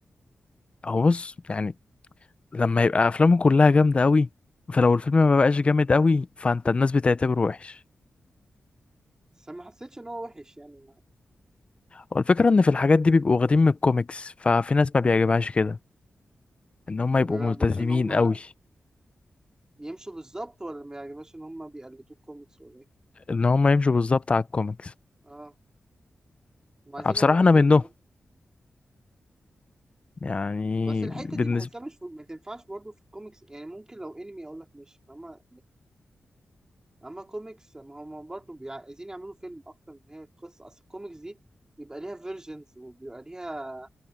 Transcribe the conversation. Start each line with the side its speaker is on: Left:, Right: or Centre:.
Left: هو بص يعني لما يبقى افلامه كلها جامده قوي فلو الفيلم ما بقاش جامد قوي فانت الناس بتعتبره وحش
Right: بس ما حسيتش ان هو وحش يعني
Left: والفكره ان في الحاجات دي بيبقوا واخدين من الكوميكس ففي ناس ما بيعجبهاش كده ان هم يبقوا
Right: ما بيعجبهاش
Left: ملتزمين
Right: ان هم
Left: قوي
Right: يمشوا بالظبط ولا ما بيعجبهاش ان هم بيقلدوا الكوميكس ولا ايه
Left: ان هم يمشوا بالظبط على الكوميكس
Right: اه هم عايزين
Left: بصراحه
Right: يعملوا
Left: انا
Right: فيلم
Left: منهم
Right: برضه
Left: يعني
Right: بس الحته
Left: بالنسبه
Right: دي بحسها مش في... ما تنفعش برضه في الكوميكس يعني ممكن لو انمي اقول لك ماشي فاهمة اما كوميكس ما هم برضه بيع- عايزين يعملوا فيلم اكتر من هي قصه اصل الكوميكس دي بيبقى ليها فيرجنز وبيبقى ليها